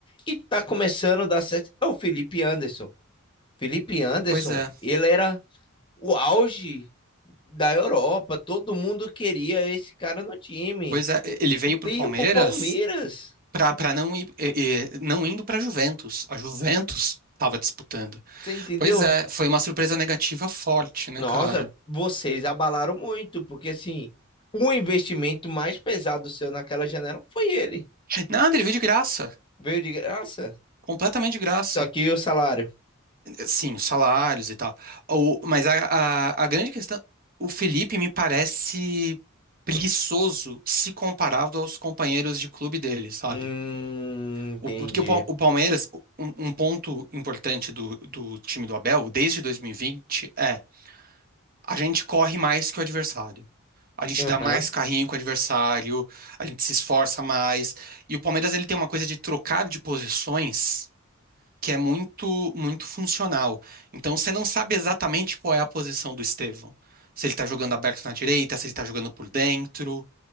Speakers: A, on the left; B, on the right.
A: e tá começando a dar certo é o Felipe Anderson. Felipe Anderson,
B: Pois é.
A: ele era o auge da Europa. Todo mundo queria esse cara no time.
B: Pois é, ele veio pro
A: Veio
B: Palmeiras
A: pro Palmeiras.
B: para não ir, eh, eh, não indo para a Juventus. A Juventus estava disputando.
A: Você entendeu?
B: Pois é, foi uma surpresa negativa forte, né,
A: Nossa,
B: cara?
A: vocês abalaram muito, porque assim, o investimento mais pesado seu naquela janela foi ele.
B: Nada, ele veio de graça.
A: Veio de graça.
B: Completamente de graça.
A: Só que o salário.
B: Sim, os salários e tal. O, mas a, a, a grande questão. O Felipe me parece preguiçoso se comparado aos companheiros de clube dele, sabe?
A: Hum, entendi.
B: O- Porque o Pal- o Palmeiras, um um ponto importante do, do time do Abel, desde 2020 é A gente corre mais que o adversário. A gente
A: Aham,
B: dá mais carrinho que o adversário, a gente se esforça mais. E o Palmeiras ele tem uma coisa de trocar de posições que é muito muito funcional. Então você não sabe exatamente qual é a posição do Estevão. Se ele tá jogando aberto na direita, se ele tá jogando por dentro,